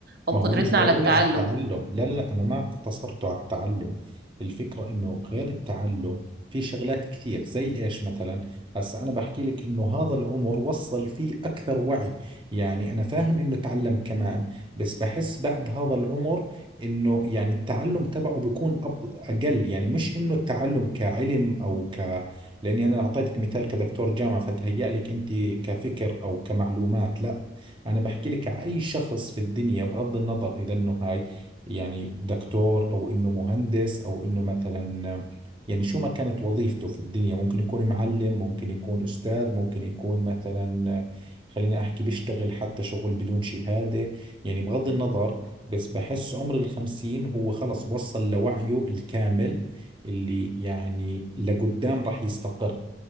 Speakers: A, on the right; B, on the right.
A: او
B: ما
A: قدرتنا
B: هو مش ضروري
A: على التعلم
B: على التعلم لا لا لا أنا ما اقتصرته على التعلم الفكرة إنه غير التعلم في شغلات كثير زي إيش مثلا هسا أنا بحكي لك إنه هذا العمر وصل فيه أكثر وعي يعني أنا فاهم إنه تعلم كمان بس بحس بعد هذا العمر إنه يعني التعلم تبعه بيكون أب- أقل يعني مش إنه التعلم كعلم أو ك لأني أنا أعطيتك مثال كدكتور جامعة فتهيأ لك أنت كفكر أو كمعلومات لا أنا بحكي لك أي شخص في الدنيا بغض النظر إذا إنه هاي يعني دكتور أو إنه مهندس أو إنه مثلا يعني شو ما كانت وظيفته في الدنيا ممكن يكون معلم ممكن يكون أستاذ ممكن يكون مثلا خليني أحكي بيشتغل حتى شغل بدون شهادة يعني بغض النظر بس بحس عمر الخمسين هو خلص وصل لوعيه الكامل اللي يعني لقدام راح يستقر